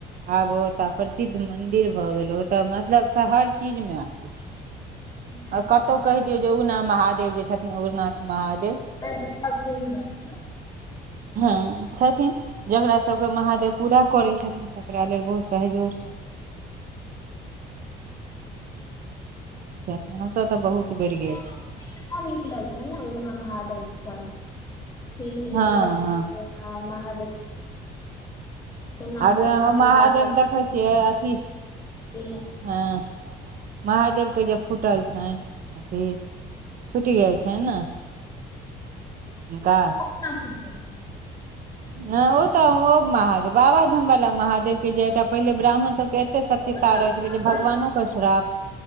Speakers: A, on the right; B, on the left.
A: आब ओ त पर सिद्ध मंदिर भए गेल ‌ओतऽ'मतलब हर चीज मे आबै छै।
B: ने
A: आ कतहु कहि दियौ जे उगना महादेव जे छथिन उगनाथ महादेव।
B: <unintelligible>
A: हँ। छथिन जकरा सबके महादेव पूरा करै छथिन तकरा लेल बहुत सहजोर छथिन।
B: <unintelligible>
A: हम सब
B: हँ
A: तऽ'बहुत
B: तऽ फिल्मो
A: बेर गेल छी।
B: फिल्मो निकलल छै ने उगना महादेव पर फिल्म
A: हँ
B: निकलल छलैयै।
A: हँ
B: हं महादेव केना
A: आर
B: केना
A: ओ
B: सेवा
A: महादेव देखै छियै अथी
B: की
A: हँ महादेव के जे फूटल छैन अथी फुइट गेल छैन ने हुनका
B: ओ केना फुइट गेल छैन?
A: नैय ओ तऽ ओ महादेव बाबाधामबला महादेव के जे एकटा पहिले ब्राह्मण सब के एत्ते सत्यता
B: ओ तऽ
A: रहै छेलै
B: बाबा
A: जे भगवानो
B: धाम कऽ
A: के श्राप